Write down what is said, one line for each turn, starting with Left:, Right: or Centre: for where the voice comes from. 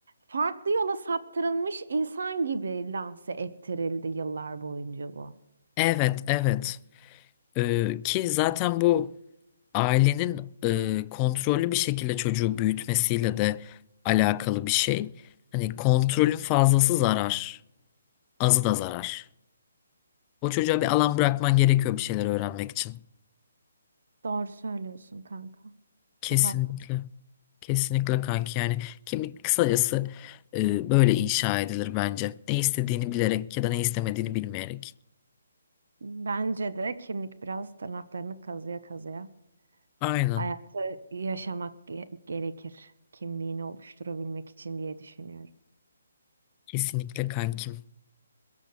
Right: farklı yola saptırılmış insan gibi lanse ettirildi yıllar boyunca bu.
Left: Evet evet Ee, ki zaten bu ailenin e, kontrollü bir şekilde çocuğu büyütmesiyle de alakalı bir şey. Hani kontrolün fazlası zarar, azı da zarar. O çocuğa bir alan bırakman gerekiyor bir şeyler öğrenmek için.
Right: Doğru söylüyorsun kanka.
Left: Kesinlikle.
Right: Çok haklısın.
Left: Kesinlikle kanki yani kimlik kısacası e, böyle inşa edilir bence. Ne istediğini bilerek ya da ne istemediğini bilmeyerek.
Right: Bence de kimlik biraz tırnaklarını kazıya kazıya
Left: Aynen.
Right: hayatı yaşamak ge- gerekir. Kimliğini oluşturabilmek için diye düşünüyorum.
Left: Kesinlikle kankim.